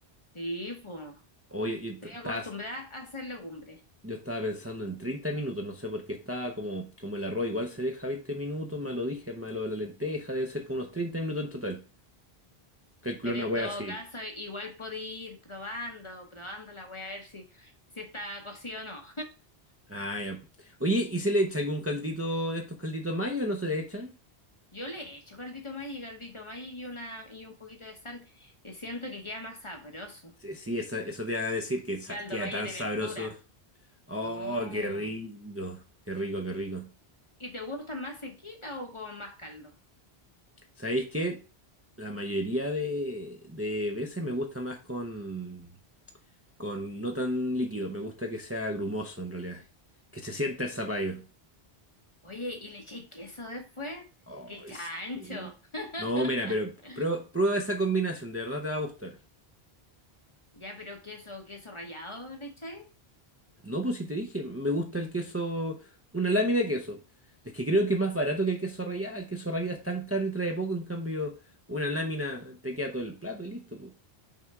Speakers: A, on the left (about 30°); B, on the right (about 15°).
A: Sí, pues.
B: Oye, y t-
A: Estoy
B: estás-
A: acostumbrada a hacer legumbres,
B: yo estaba pensando en 30 minutos, no sé por qué estaba como, como el arroz igual se deja 20 minutos, más lo dije, más lo de la lenteja, debe ser como unos 30 minutos en total. Calculé
A: pero
B: una
A: en
B: wea
A: todo
B: así.
A: caso igual podí ir probando, probando la voy a ver si, si está cocido o no.
B: Ah, ya. Oye, ¿y se le echa algún caldito de estos calditos mayo o no se le echa?
A: <laughs> Yo le he hecho caldito Maggi, caldito Maggi y, una, y un poquito de sal y siento que queda más sabroso.
B: Sí, sí, esa- eso te iba a decir que sa-
A: Caldo
B: queda
A: Maggi
B: tan
A: de
B: sabroso.
A: verdura.
B: Oh,
A: Mm.
B: qué rico, qué rico, qué rico.
A: ¿Y te gusta más sequita o con más caldo?
B: ¿Sabéis qué? La mayoría de, de veces me gusta más con, con no tan líquido, me gusta que sea grumoso en realidad, que se sienta el zapallo.
A: Oye, ¿y le eché queso después?
B: Ay,
A: ¡Qué chancho!
B: sí.
A: <laughs>
B: No, mira, pero prueba, prueba esa combinación, de verdad te va a gustar.
A: Ya, pero queso, queso rallado le echáis.
B: No, pues si te dije, me gusta el queso, una lámina de queso. Es que creo que es más barato que el queso rallado, el queso rallado es tan caro y trae poco, en cambio una lámina te queda todo el plato y listo, pues.